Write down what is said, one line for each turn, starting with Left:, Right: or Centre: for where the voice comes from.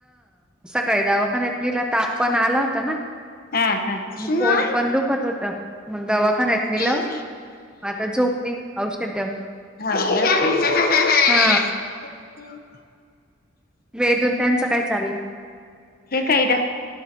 Centre: काही दवाखान्यात नेलं ताप पण आला होता ना,
Left: हा हा. हा
Centre: आणि पोट पण दुखत होत मग दवाखान्यात निलं
Left: ना.
Centre: आता कली औषध <inaudible>
Left: <inaudible>
Centre: हा वेदून त्यांचं काय चाललं
Left: हे काय इद.